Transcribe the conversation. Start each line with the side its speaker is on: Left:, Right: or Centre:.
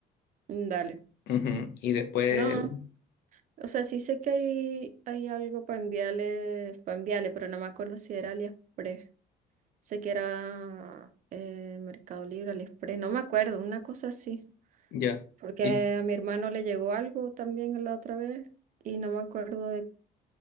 Right: Mm, Dale.
Left: Ujú, Y después,
Right: No, o sea, sí sé que hay, hay algo para enviarle, para enviarle, pero no me acuerdo si era AliExpress. Sé que era eh, Mercado Libre, AliExpress, no me acuerdo, una cosa así.
Left: ya.
Right: Porque
Left: Y,
Right: a mi hermano le llegó algo también la otra vez y no me acuerdo de